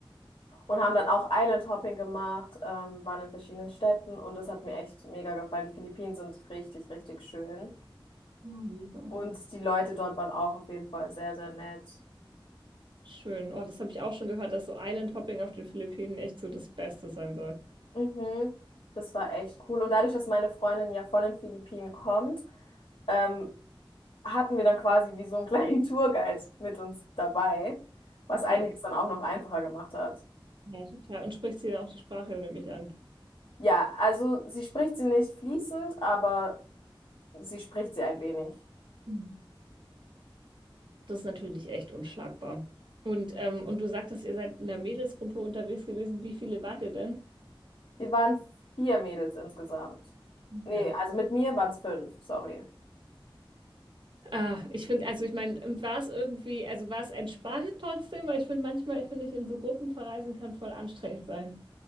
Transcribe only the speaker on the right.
Ja, mega.
Schön. Oh, das habe ich auch schon gehört, dass so Island Hopping auf den Philippinen echt so das Beste sein soll.
Check.
Ja, total. Und spricht sie dann auch die Sprache, nehme ich an.
Mhm. Das ist natürlich echt unschlagbar. Und, ähm, und du sagtest, ihr seid in der Mädelsgruppe unterwegs gewesen. Wie viele wart ihr denn?
Ja.
Ah, ich finde, also ich meine, und war es irgendwie, also war es entspannt trotzdem, weil ich finde, manchmal finde ich, in so Gruppen verreisen kann voll anstrengend sein.